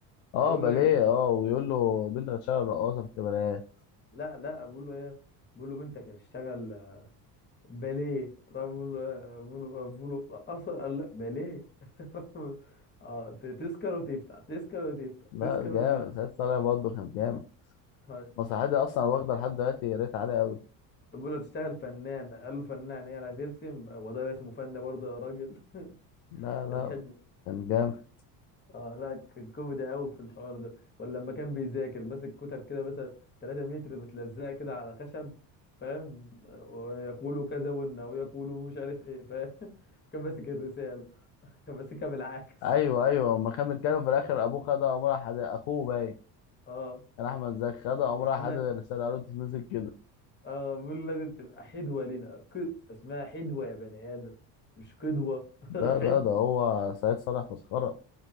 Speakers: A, on the left; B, on the left.
A: اه
B: بيقول
A: باليه
B: له ايه
A: اه ويقول له بنت هتشتغل رقاصه في الكباريه
B: لا لا بيقول له ايه بيقول له بنتك هتشتغل باليه راح بيقول له آه، بيقول له آه، بيقول له رقاصه قال لا باليه <laughs> اه ت- تسكر وتفتح تسكر وتفتح
A: لا
B: تسكر
A: جامد
B: وتفتح
A: سعيد طالع برضه كان جامد
B: هاي.
A: مسرحيه دي اصلا واخده لحد دلوقتي ريت عالي قوي
B: بيقول له تشتغل فنان قال له فنان ايه انا هترسم وده اسمه فن برضه يا راجل
A: لا
B: <laughs>
A: لا
B: الحلم
A: كان جامد
B: اه لا كان كوميدي قوي في الحوار ده ولا لما كان بيذاكر ماسك كتب كده مثلا 3 متر متلزقه كده على خشب فاهم ويقول كذا وإن ويقول مش عارف ايه فاهم <laughs> كان ماسك الرساله كان ماسكها بالعكس
A: ايوه ايوه اما كان بيتكلم في الاخر ابوه خدها قام راح حد- اخوه باين
B: اه
A: كان احمد زكي خدها قام
B: اسمها
A: راح حدد الرساله قالوا تتمسك كده
B: اه بيقول لازم تبقى حدوه لنا ك... اسمها حدوه يا بني ادم مش قدوه
A: لا
B: <laughs> حدوه
A: لا ده هو سعيد صالح مسخره